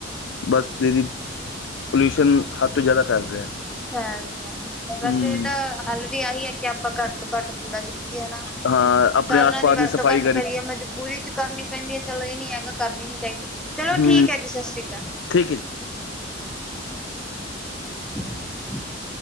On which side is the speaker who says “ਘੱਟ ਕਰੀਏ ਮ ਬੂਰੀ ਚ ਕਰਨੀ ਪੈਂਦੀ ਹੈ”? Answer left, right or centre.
Centre